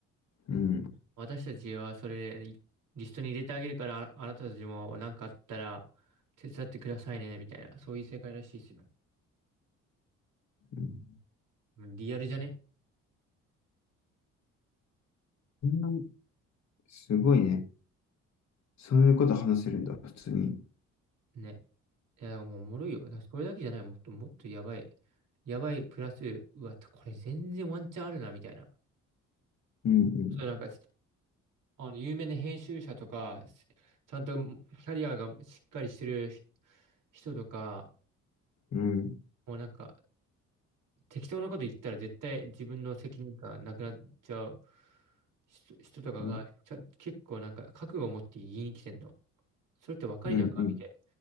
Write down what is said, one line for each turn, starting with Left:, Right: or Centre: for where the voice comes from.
Left: うん、
Right: 私たちはそれリストに入れてあげるから、ああなたたちも何かあったら手伝ってくださいね、みたいな。そういう世界らしいですよ。
Left: うん。
Right: リアルじゃね
Left: そんなすごいね。そういうこと話せるんだ、普通に。
Right: ね。いや、もうおもろいよ。だからこれだけじゃない。もっともっとやばい。やばいプラス、うわ、これ全然ワンチャンあるな、みたいな。
Left: うん、うん、
Right: そう、なんか、あの、有名な編集者とか、ちゃんとキャリアがしっかりしてる人とか、
Left: うん、
Right: もうなんか、適当なこと言ったら絶対自分の責任感なくなっちゃう人人とかがちゃ結構なんか覚悟を持って言いに来てんの。
Left: うん、
Right: それって若いじゃんか、
Left: うん、うん、
Right: みたいな。